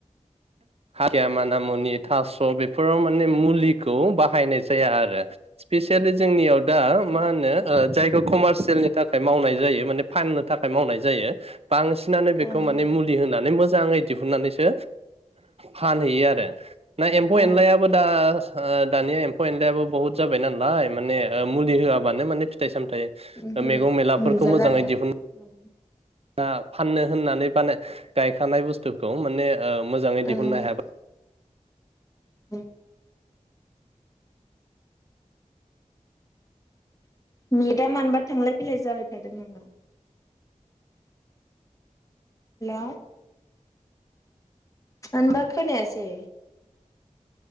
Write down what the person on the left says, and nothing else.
ओं
ओं
औ
जाबाय
ओमहो
मोनजाला
आरो
औ
<inaudible> नेदा मानोबा थांलाय फैलाय जाबाय थादों नामा? हेल'? मानोबा खोनासै।